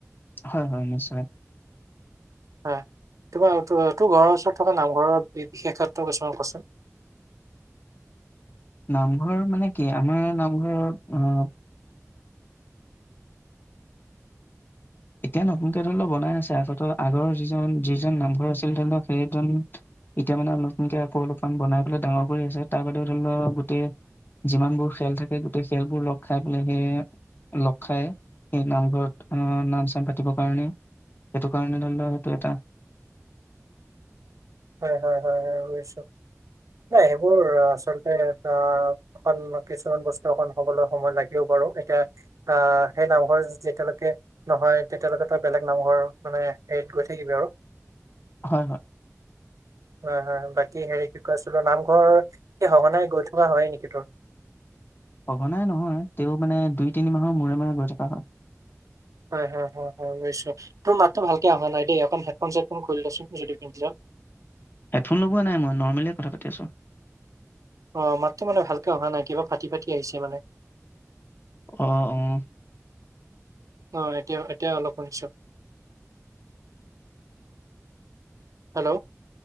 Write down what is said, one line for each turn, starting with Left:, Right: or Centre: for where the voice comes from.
Left: হয় হয় নিশ্চয়।
Right: হয়, তোমাৰ তোৰ ঘৰৰ ওচৰত থকা নামঘৰৰ বিশেষত কিছুমান কচোন।
Left: নামঘৰ মানে কি? আমাৰ নামঘৰ আহ এতিয়া নতুনকে ধৰি লও বনাই আছে আগত আগৰৰ যিজন যিজন নামঘৰ আছিল। ধৰি লওক সেইজন এতিয়া মানে নতুনকে আকৌ অলপমান বনাই পেলাই ডাঙৰ কৰি আছে। তাৰ বাদে ধৰি লও গোটেই যিমানবোৰ খেল থাকে গোটেই খেলবোৰ লগ খাই পেলাই সেই লগ খাই সেই নামঘৰত, আহ'নাম পাতিব কাৰণে সেইটো কাৰণে। ল লোৱা সেইটো এটা
Right: হয়, হয়, হয়, হয়ছো নাই সেইবোৰ আচলতে আহ অন কিছুমান বস্তু অক হবলৈ সময় লাগিবও বাৰু। এতিয়া আহ' সেই নামঘৰ যেতিয়ালৈকে নহয় তেতিয়ালৈকে তই বেলেগ নামঘৰ মানে হেৰিত গৈ থাকিবি আৰু
Left: হয়, হয়।
Right: হয়, হয় বাকী হেৰি কি কৈ আছিলো, নামঘৰ <unintelligible> সঘনাই গৈ <unintelligible> হয় নেকি তোৰ?
Left: সঘনাই নহয়, তেওঁ মানে দুই তিনি মাহৰ মূৰে মূৰে গৈ থকা হয়।
Right: হয়, হয়, হয়, হয় বুজিছোঁ। তোৰ মাতটো ভালকে অহা নাই দেই, অকন হেডফোন চেডফোন খুলি ল'চোন যদি পিন্ধিছ।
Left: হেডফোন লগোৱা নাই মই, নৰ্মেলিয়ে কথা পাতি আছোঁ।
Right: অ', মাতটো মানে ভালকে অহা নাই, কিবা ফাটি ফাটি আহিছে মানে।
Left: অ', অ'।
Right: অ', এতিয়া-এতিয়া অলপ শুনিছোঁ। হেল্ল'?